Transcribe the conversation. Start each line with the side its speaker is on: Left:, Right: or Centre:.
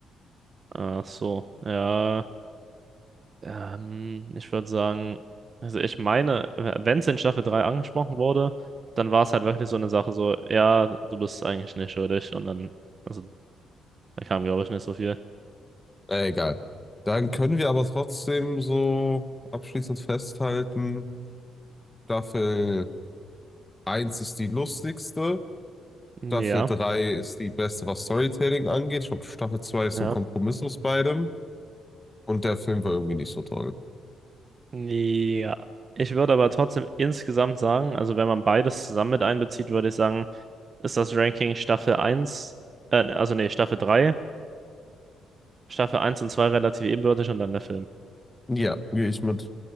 Right: Ach so, ja. Ähm, ich würde sagen, also ich meine, wenn es in Staffel 3 angesprochen wurde, dann war es halt wirklich so eine Sache, so, ja, du bist eigentlich nicht schuldig. Und dann, also da kam, glaube ich, nicht so viel.
Left: Na, egal. Dann können wir aber trotzdem so abschließend festhalten, Staffel eins ist die lustigste,
Right: Ja,
Left: Staffel 3 ist die beste, was Storytelling angeht. Ich glaube, Staffel 2 ist
Right: ja.
Left: so ein Kompromiss aus beidem und der Film war irgendwie nicht so toll.
Right: Ja. Ich würde aber trotzdem insgesamt sagen, also wenn man beides zusammen mit einbezieht, würde ich sagen, ist das Ranking Staffel eins. äh, also nee, Staffel 3. Staffel eins und 2 relativ ebenbürtig und dann der Film.
Left: Ja, gehe ich mit.